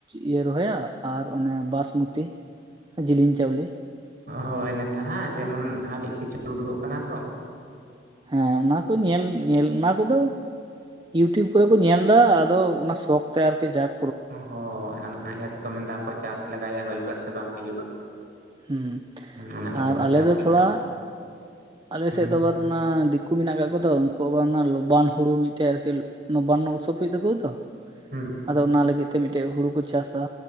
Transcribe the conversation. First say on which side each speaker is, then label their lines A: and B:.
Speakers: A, on the right; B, on the right.
A: ᱤᱭᱟᱹ ᱨᱚᱦᱚᱭᱟ ᱟᱨ ᱚᱱᱮ ᱵᱟᱥᱢᱚᱛᱤ ᱡᱤᱞᱤᱧ ᱪᱟᱣᱞᱮ
B: ᱦᱳᱭ ᱱᱮᱛᱟᱨ ᱦᱟᱸᱜ ᱡᱮᱢᱚᱱ ᱟᱹᱰᱤ ᱠᱤᱪᱷᱩ ᱩᱰᱩᱠᱚᱜ ᱠᱟᱱᱟ ᱛᱚ
A: ᱦᱮᱸ ᱚᱱᱟ ᱠᱚ ᱧᱮᱞ ᱧᱮᱞ ᱚᱱᱟ ᱠᱚᱫᱚ ᱤᱭᱩᱴᱤᱭᱩᱵᱽ ᱠᱚᱨᱮ ᱠᱚ ᱧᱮᱞ ᱫᱟ ᱟᱫᱚ ᱚᱱᱟ ᱥᱚᱠᱷ ᱛᱮ ᱟᱨᱠᱤ ᱡᱟᱠ
B: ᱦᱳᱭ ᱚᱱᱟ ᱤᱭᱟᱹ ᱛᱮᱠᱚ ᱢᱮᱱᱫᱟ ᱦᱟᱯᱚᱭ ᱪᱟᱥ ᱞᱮᱟᱜᱟᱭᱟ ᱦᱩᱭᱩᱜ ᱟᱥᱮ ᱵᱟᱝ ᱦᱩᱭᱩᱜᱼᱟ
A: ᱦᱩᱸ
B: ᱚᱱᱟ ᱤᱭᱟᱹ
A: ᱟᱨ
B: ᱛᱮᱠᱚ
A: ᱟᱞᱮ
B: ᱪᱟᱥᱮᱫ
A: ᱫᱚ ᱛᱷᱚᱲᱟ
B: ᱠᱟᱱᱟ
A: ᱟᱞᱮᱥᱮᱫ
B: ᱦᱩᱸ
A: ᱫᱚ ᱵᱟᱨ ᱚᱱᱟ ᱫᱤᱠᱩ ᱢᱮᱱᱟᱜ ᱟᱠᱟᱜ ᱠᱚᱣᱟ ᱛᱚ ᱩᱱᱠᱩ ᱟᱵᱟᱨ ᱚᱱᱟ ᱞᱚᱵᱟᱱ ᱦᱩᱲᱩ ᱢᱤᱫᱴᱮᱡ ᱟᱨᱠᱤ ᱱᱚᱵᱟᱱᱱᱚ ᱩᱛᱥᱚᱵ ᱦᱩᱭᱩᱜ ᱛᱟᱠᱚᱣᱟ ᱛᱚ?
B: ᱦᱩᱸ
A: ᱟᱫᱚ ᱚᱱᱟ ᱞᱟᱹᱜᱤᱫ ᱛᱮ ᱢᱤᱫᱴᱮᱡ ᱦᱩᱲᱩ ᱠᱚ ᱪᱟᱥᱟ